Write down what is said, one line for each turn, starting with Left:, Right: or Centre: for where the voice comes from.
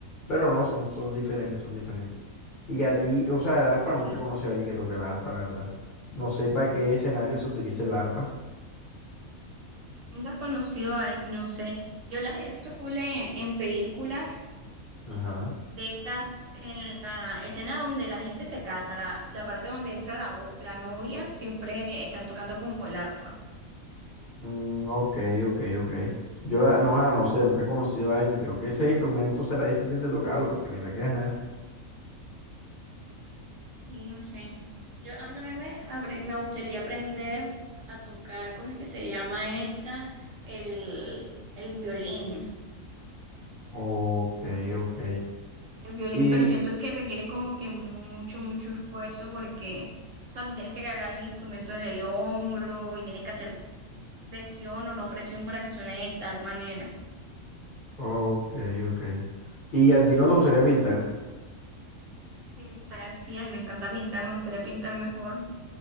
Left: pero no, son, son diferentes, son diferentes. Y a ti, o sea, el
Right: Ok.
Left: arpa nunca he conocido a alguien que toque la arpa, la verdad. No sé para qué escenario se utiliza el arpa.
Right: Nunca he conocido a, al- no sé. Yo las he visto full en, en películas
Left: Ajá.
Right: de estas, en la escena donde la gente se casa, la, la parte donde entra la, bo- la novia, siempre están tocando como el arpa.
Left: Mm, ok, ok, ok. Yo la, no, ah, no sé, nunca he conocido a alguien. Creo que ese instrumento será difícil de tocarlo porque mira que, ajá.
Right: Sí, no sé. Yo, a mí también me, apre- me gustaría aprender a tocar, ¿cómo es que se llama esta? El, el violín.
Left: Ok, ok.
Right: El violín,
Left: Y,
Right: pero siento que requiere como que mucho, mucho esfuerzo porque, o sea, tú tienes que cargar el instrumento en el hombro y tienes que hacer presión o no presión para que suene de tal manera.
Left: ok, ok. Y a ti no te gustaría pintar.
Right: Pintar, sí, a mí me encanta pintar, me gustaría pintar mejor